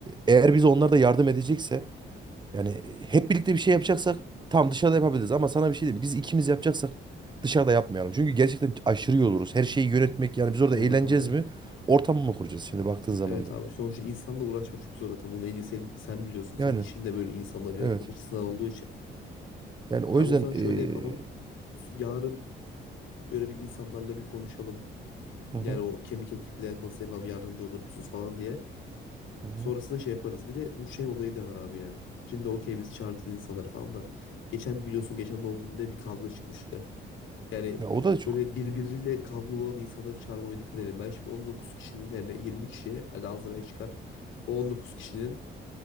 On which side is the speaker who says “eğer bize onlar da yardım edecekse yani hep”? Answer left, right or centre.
Right